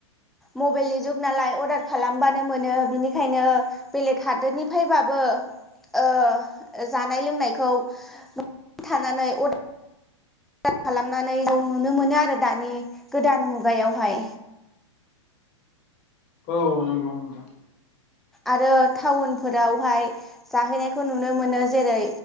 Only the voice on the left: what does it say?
औ नंगौ नोंथां